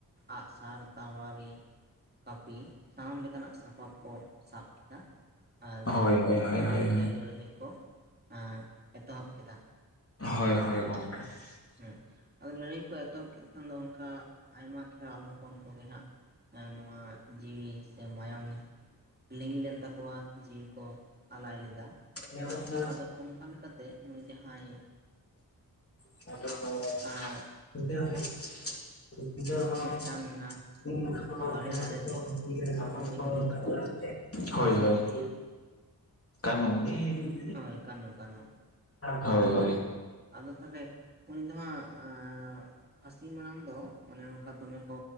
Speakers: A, on the right (about 25°); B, on the left (about 35°).
A: ᱟᱸᱜᱼᱥᱟᱨ, ᱛᱟᱣᱟᱨᱤ ᱠᱟᱹᱯᱤ ᱥᱟᱱᱟᱢ ᱞᱮᱠᱟᱱᱟᱜ ᱥᱟᱯᱟᱵ ᱠᱚ ᱥᱟᱵ ᱠᱮᱫᱟ, ᱟᱨ
B: ᱦᱳᱭ ᱦᱳᱭ
A: ᱩᱱᱠᱩ
B: ᱦᱳᱭ ᱦᱳᱭ
A: ᱵᱤᱨᱩᱫᱽ
B: ᱦᱳᱭ
A: ᱨᱮ ᱞᱟᱹᱲᱦᱟᱹᱭ ᱠᱚ ᱮᱜ ᱮᱛᱚᱦᱚᱵ ᱠᱮᱫᱟ ᱾
B: ᱦᱚᱭ ᱦᱚᱭ ᱜᱚᱝᱠᱮ ᱾
A: ᱦᱮᱸ ᱟᱫᱚ ᱞᱟᱹᱲᱦᱟᱭ ᱠᱚ ᱮᱛᱚᱦᱚᱵ ᱠᱮᱫ ᱠᱷᱟᱱ ᱫᱚ ᱚᱱᱠᱟ ᱟᱭᱢᱟ ᱠᱷᱮᱣᱟᱞ ᱦᱚᱯᱚᱱ ᱠᱚᱜᱮ ᱦᱟᱸᱜᱼᱼ ᱟᱨ ᱱᱚᱣᱟ ᱡᱤᱣᱤ ᱥᱮ ᱢᱟᱭᱟᱢᱼᱼ ᱞᱤᱸᱜᱤ ᱞᱮᱱ ᱛᱟᱠᱚᱣᱟ, ᱡᱤᱣᱤ ᱠᱚ ᱟᱞᱟᱭ ᱞᱮᱫᱟ ᱾
B: ᱦᱮᱸᱼᱵᱟᱝᱠᱷᱟᱱ <unintelligible>
A: ᱟᱫᱚ ᱚᱱᱠᱟ ᱞᱮᱠᱟᱛᱮ ᱱᱩᱭ ᱡᱟᱦᱟᱸᱭᱼᱼ
B: ᱟ <unintelligible>
A: ᱮᱻ
B: <unintelligible>
A: ᱢᱤᱫᱴᱟᱱ
B: ᱡᱟᱦᱟᱭ
A: ᱵᱟᱲᱮ ᱫᱟᱨᱮ ᱨᱮ
B: <unintelligible>
A: ᱩᱱᱠᱩ ᱤᱝᱨᱮᱡᱽ ᱠᱚ ᱯᱷᱟᱸᱥᱤ
B: ᱦᱚᱭ ᱦᱚᱭ
A: ᱞᱮᱫᱮᱭᱟ
B: ᱠᱟᱹᱱᱩ ᱠᱤᱱᱼᱼ
A: ᱦᱚᱭ ᱠᱟᱹᱱᱩ ᱠᱟᱹᱱᱩ ᱾
B: ᱦᱚᱭ ᱾
A: ᱟᱫᱚ ᱛᱟᱦᱚᱞᱮ ᱩᱱᱤ ᱫᱚ ᱦᱟᱸᱜ ᱮᱻ ᱯᱷᱟᱹᱥᱤ ᱢᱟᱲᱟᱝ ᱫᱚ ᱚᱱᱮ ᱚᱱᱠᱟ ᱫᱚᱢᱮ ᱠᱚ